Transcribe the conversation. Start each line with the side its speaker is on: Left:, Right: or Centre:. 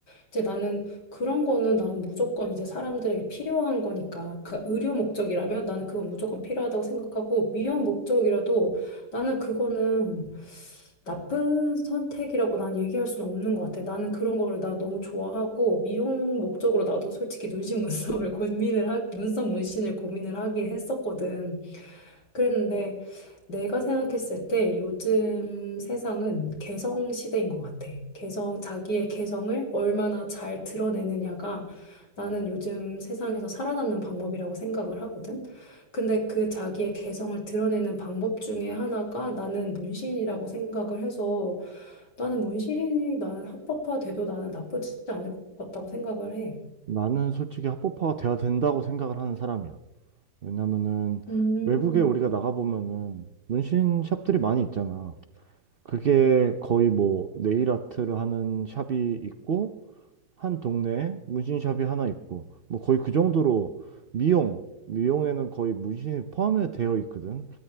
Left: 이제 나는 그런 거는 나는 무조건 이제 사람들에게 필요한 거니까. 그 의료 목적이라면 나는 그건 무조건 필요하다고 생각하고 미용 목적이라도 나는 그거는 나쁜 선택이라고 난 얘기할 수는 없는 것 같아. 나는 그런 거를 나 너무 좋아하고 미용 목적으로 나도 솔직히 눈신 문썹을 <laughs> 고민을 하, 눈썹 문신을 고민을 하긴 했었거든. 그랬는데 내가 생각했을 때 요즘 세상은 개성 시대인 것 같아. 개성, 자기의 개성을 얼마나 잘 드러내느냐가 나는 요즘 세상에서 살아남는 방법이라고 생각을 하거든. 근데 그 자기의 개성을 드러내는 방법 중에 하나가 나는 문신이라고 생각을 해서 나는 문신이 나는 합법화돼도 나는 나쁘지 않을 것 같다고 생각을 해.
Right: 나는 솔직히 합법화가 돼야 된다고 생각을 하는 사람이야. 왜냐면은
Left: 음.
Right: 외국에 우리가 나가보면은 문신 샵들이 많이 있잖아. 그게 거의 뭐 네일 아트를 하는 샵이 있고 한 동네에 문신 샵이 하나 있고 뭐 거의 그 정도로 미용 미용에는 거의 문신이 포함이 되어 있거든.